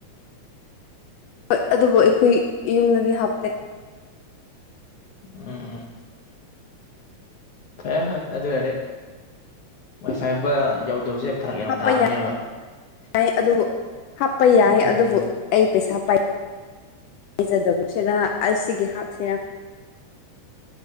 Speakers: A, on the left; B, on the left.
A: ꯍꯣꯏ ꯑꯗꯨꯕꯨ ꯑꯩꯈꯣꯏ ꯌꯨꯝꯗꯗꯤ ꯍꯥꯞꯇꯦ
B: ꯎꯝ ꯎꯝ ꯐꯔꯦ ꯑꯗꯨ ꯑꯣꯏꯔꯗꯤ ꯋꯥꯏꯐꯥꯏꯒꯨꯝꯕ ꯌꯧꯗꯕꯁꯦ ꯐꯔꯛ ꯌꯥꯝ
A: ꯍꯥꯄ
B: ꯇꯥꯕꯅꯦꯕ
A: ꯌꯥꯏ ꯌꯥ ꯑꯗꯨꯕꯨ ꯍꯥꯞꯄ ꯌꯥꯏ
B: ꯎꯝ
A: ꯑꯗꯨꯕꯨ
B: ꯎꯝ
A: ꯑꯩ ꯄꯩꯁꯥ ꯄꯥꯏꯖꯗꯕꯁꯤꯔ ꯑꯁꯤꯒꯤ ꯍꯥꯞꯁꯤꯔꯥ